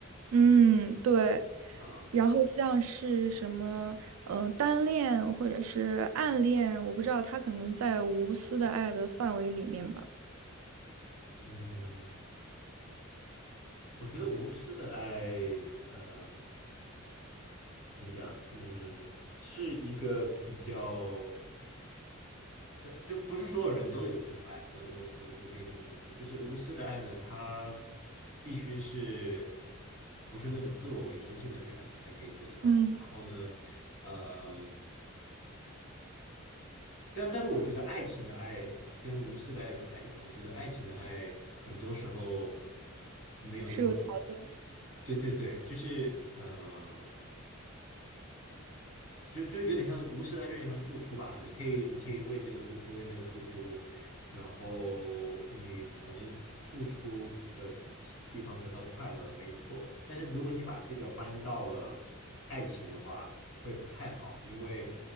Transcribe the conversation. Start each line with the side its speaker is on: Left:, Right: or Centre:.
Right: 嗯，对。
Left: 啊，
Right: 然后像是什么，嗯、单恋或者是暗恋，我不知道，他可能在无私的爱的范围里面吧，
Left: 嗯，我觉得无私的爱，呃。怎么讲？嗯，是一个比较，就不是所有人都有这种爱。我我我我可以先这么说，就是无私的爱呢，它必须是不是那么自我为中心的人才可以做得到。
Right: 嗯
Left: 然后呢，嗯，但但是我觉得爱情的爱跟无私的爱不太一样。我觉得爱情的爱很多时候没有那么，
Right: 是有条件。
Left: 对对对，就是嗯。呃就就有点像无私，来，就有点像付出吧。你可以，你可以为这个付出，为那个付出，然后你从付出的地方得到快乐，没错。但是如果你把这个搬到了爱情的话，会不太好，因为，